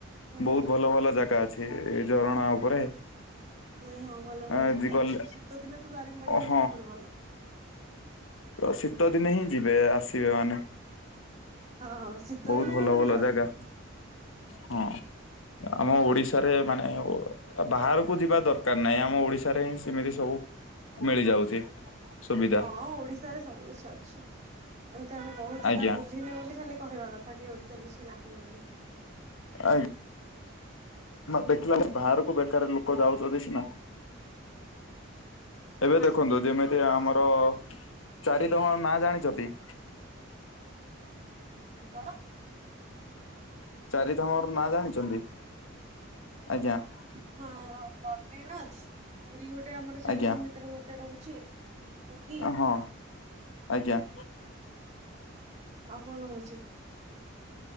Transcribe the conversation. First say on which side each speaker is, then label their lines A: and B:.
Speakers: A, on the right (about 35°); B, on the left (about 80°).
A: ହୁଁ।
B: ବହୁତ ଭଲ ଭଲ ଜାଗା ଅଛି ଏ ଝରଣା ଉପରେ।
A: ନାଇଁ ହଁ ଭଲ ଭଲ
B: ଆଜି
A: ଜାଗା
B: ଗଲେ
A: ଅଛି ଶୀତ ଦିନେ ତ ଦାରିଙ୍ଗବାଡି ଗଲେ
B: ହଁ
A: ଆହୁରି ଭଲ।
B: ଶୀତ ଦିନେ ହିଁ ଯିବେ ଆସିବେ ମାନେ
A: ହଁ ଶୀତ
B: ବହୁତ
A: ଦିନେ
B: ଭଲ
A: ହିଁ ଗଲେ
B: ଭଲ ଜାଗା। ହଁ ଆମ ଓଡିଶାରେ ମାନେ ବାହାରକୁ ଯିବା ଦରକାର ନାହିଁ। ଆମ ଓଡିଶାରେ ହିଁ ସେମିତି ସବୁ ମିଳିଯାଉଛି। ସୁବିଧା।
A: ହଁ ଓଡିଶାରେ ସବୁ କିଛି ଅଛି। ଏମିତି ଆମେ ବହୁତ ଜାଗା
B: ଆଜ୍ଞା
A: ବୁଲିନେ ବୋଲି ଖାଲି କହିବା କଥା। କଥା କିି ଓଡିଶାରେ କିଛି ନାହିଁ ବୋଲି।
B: ଆଜ୍ଞା। ଦେଖିଲା ବାହାରକୁ ବେକାର ଲୋକ ଯାଉଛନ୍ତି ସିନା ଏବେ
A: ହଁ
B: ଦେଖନ୍ତୁ ଯେମିତି ଆମର ଚାରିଧାମର ନାଁ ଜାଣିଛନ୍ତି?
A: କଣ?
B: ଚାରିଧାମର ନାଁ ଜାଣିଛନ୍ତି ଆଜ୍ଞା।
A: ହଁ ବଦ୍ରିନାଥ ପୁରୀ ଗୋଟେ ଆମର ଚାରିଧାମ
B: ଆଜ୍ଞା
A: ଭିତର ଗୋଟେ ରହୁଛି। ପୁରୀ
B: ହଁ ଆଜ୍ଞା।
A: ଆଉ କଣ ହଉଛି?